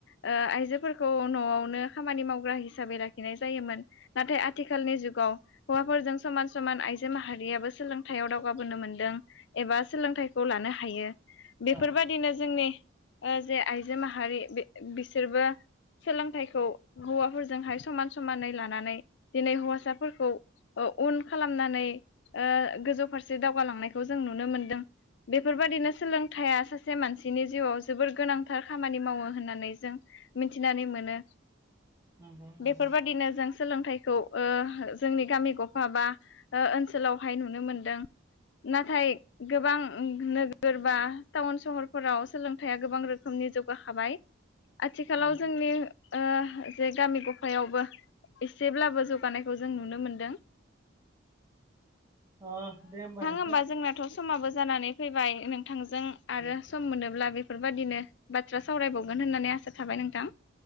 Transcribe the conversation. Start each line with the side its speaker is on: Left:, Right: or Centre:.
Left: ओ आइजोफोरखौ न'आवनो खामानि मावग्रा हिसाबै लाखिनाय जायोमोन नाथाय आथिखालनि जुगाव हौवाफोरजों समान समान आइजो माहारियाबो सोलों थायाव दावगाबोनो मोनदों एबा सोलोंथाइखौ लानो हायो। बेफोरबादिनो
Right: औ
Left: जोंनि ओ जे आइजो माहारि बे। बिसोरबो सोलोंथाइखौ हौवाफोरजोंहाय समान समानै लानानै दिनै हौवासाफोरखौ ओ उन खालामनानै ओ गोजौ फारसे दावगालांनाय खौ जों नुनो मोनदों बेफोरबायदिनो सोलोंथाइया सासे सासे मानसिनि जिउआव जोबोर गोनांथार खामानि मावो होननानै जों मिथिनानै मोनो।
Right: नंगौ नंगौ
Left: बेफोरबायदिनो जों सोलोंथाइ खौ ओ जोंनि गामि गफा बा ओनसोलावहाय नुनो मोनदों। नाथाय गोबां नोगोर बा टाउन सहरफोराव सोलोंथाइया गोबां रोखोमनि जौगाखाबाय आथिखालाव
Right: औ
Left: जोंनि ओ जे गामि गफायावबो एसेब्लाबो जौगानायखौ जों नुनो मोनदों।
Right: अ दे होमबा नों
Left: एखमबा जोंनाथ' समाबो जानानै फैबाय नोंथांजों आरो
Right: दे
Left: सम मोनोब्ला बे फोरबायदिनो बाथ्रा सावरायबावगोन होननानै आसा थाबाय नोंथां।